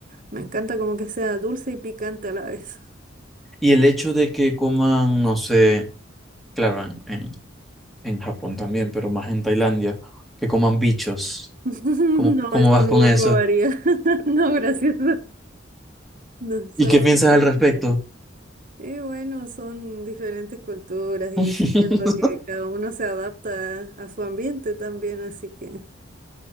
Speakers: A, on the right; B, in the centre.
A: me encanta como que sea dulce y picante a la vez.
B: Y el hecho de que coman, no sé, claro, en, en, en Japón también, pero más en Tailandia, que coman bichos.
A: <laughs>
B: ¿Cómo,
A: No,
B: cómo
A: eso
B: vas
A: no
B: con
A: lo
B: eso?
A: probaría. <laughs> No, gracias. No, solamente
B: ¿Y qué piensas al
A: vegetales.
B: respecto?
A: Y bueno, son diferentes culturas y
B: <laughs>
A: siento que cada uno se adapta a su ambiente también, así que...